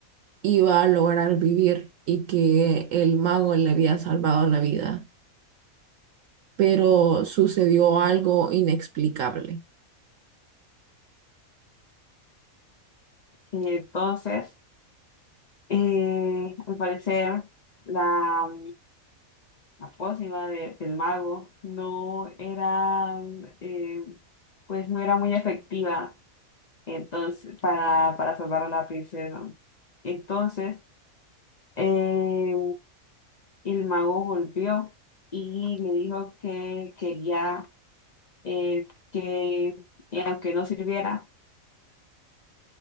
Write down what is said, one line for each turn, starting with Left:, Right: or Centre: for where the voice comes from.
Right: iba a lograr vivir y que el mago le había salvado la vida pero sucedió algo inexplicable.
Left: Y entonces, eh, al parecer, la, la pócima de- del mago no era, eh, pues no era muy efectiva entonces, para, para salvar a la princesa. Entonces, eh, Y el mago volvió y me dijo que quería eh, que, y aunque no sirviera,